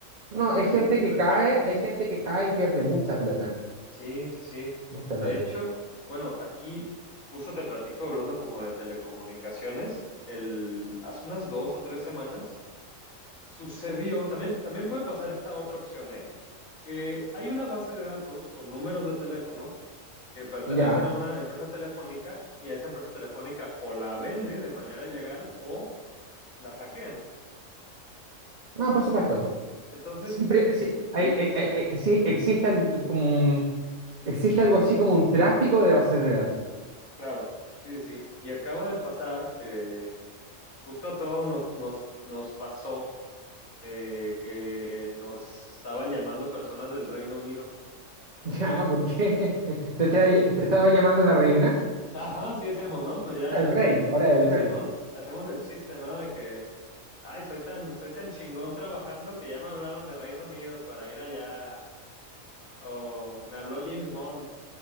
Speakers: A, on the right; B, on the left.
A: No, hay
B: en
A: gente
B: ese tipo
A: que
B: de
A: cae,
B: trampas.
A: hay gente que cae y pierde mucha plata.
B: Sí, sí, sí.
A: Mucha
B: De
A: plata.
B: hecho, bueno, aquí justo te platico hablando como de telecomunicaciones, el, hace unas dos o tres semanas sucedió, también, también puede pasar esta otra opción, ¿eh? que hay una base de datos con números de teléfono que pertenecen
A: Ya.
B: a una empresa telefónica y a esa empresa telefónica o la vende de manera ilegal o la hackean.
A: No, por supuesto.
B: Entonces,
A: Siempre, sí,
B: ujú,
A: hay- hay-
B: te escucho.
A: hay- hay- sí, existe, al- como, un- existe algo así como un tráfico de bases de datos. <laughs>
B: Claro, sí, sí. sí. Y acaba de pasar que justo a todos nos, nos, nos pasó eh, que nos estaban llamando personas del Reino Unido.
A: Ya, ¿por qué? <laughs> ¿Te, estaba
B: Pues,
A: te estaba llamando la reina?
B: ajá, sí decíamos, ¿no? Pues ya
A: El rey, ahora el
B: decimos,
A: rey.
B: hacemos el chiste, ¿no? De que, ay, soy tan, soy tan chingón trabajando que ya me hablaron de Reino Unido para ir allá o me habló James Bond.